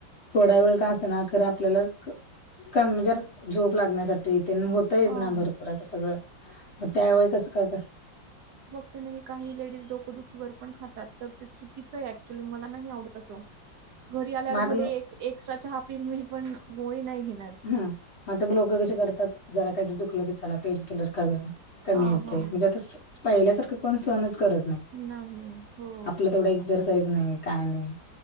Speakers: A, on the left (about 45°); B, on the right (about 70°).
A: थोडा वेळ का असना खर आपल्याला कमजर झोप लागण्यासाठी दुखतयच
B: हां.
A: ना भरपूर अस सगळ मग त्यावेळी कसं का कर
B: त्या नेहमी काही लेडीज डोकोदुखीवर पण खातात. तर ते चुकीचं आहे ऍक्च्युली मला नाही आवडत अस घरी आल्यावर
A: मग
B: भले
A: आता
B: एक एक्स्ट्रा चहा पीइल मी पण गोळी नाही घेणार.
A: हम्म म आता मग लोकं कशी करतात जरा काहीतरी दुखलं की चला पेन किलर खाऊया. कमी
B: हां,
A: येत
B: हां.
A: आहे म्हणजे आता पहिल्यासारखं कोण सहणच करत नाही
B: नाही. हो.
A: आपलं तेवढं एक. एक्झरसाईज नाही काय नाही